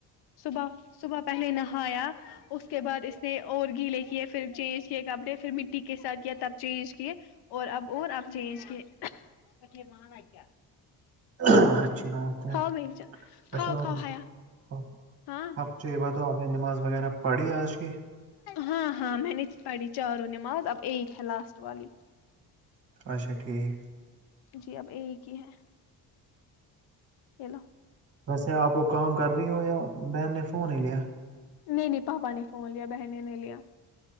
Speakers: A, on the left; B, on the right.
A: صبح صبح پہلے نہایا اس کے بعد اس نے اور گیلے کیے پھر چینج کیے کپڑے پھر مٹی کے ساتھ کیا تب چینج کیے اور اب اور آپ چینج کے کیا
B: اچھی بات ہے
A: کاؤ بینچا کاؤ
B: اچھا آپ
A: کاؤ ہایا
B: <unintelligible>
A: ہاں
B: یہ بات تو آپ نے نماز وغیرہ پڑھی آج کی
A: ہاں ہاں میں نے پڑھی چاروں نماز اب ایک ہے لاسٹ والی
B: اچھا ٹھیک
A: جی اب ایک ہی ہے یہ لو
B: ویسے آپ کو کام کر رہی ہو یا بہن نے فون ہی لیا
A: نہیں نہیں پاپا نے فون لیا بہن نے لیا